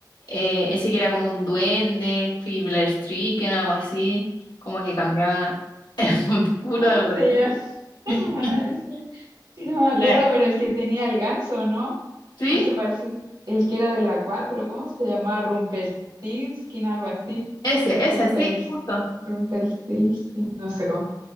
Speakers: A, on the left; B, on the right.
A: eh, ese que era como un duende, Stricken, algo así, como que cambiaba <laughs> un puro,
B: ¿Cómo
A: algo así.
B: se
A: <laughs>
B: llama ese? No me acuerdo,
A: La-
B: pero el que tenía el ganso, ¿no?
A: ¿Sí?
B: Ese parece el que era de la 4. ¿cómo se llamaba? Rumpelstiltskin, algo así.
A: Ese, esa,
B: Rumpels,
A: sí, justo.
B: Rumpelstiltskin, no sé cómo,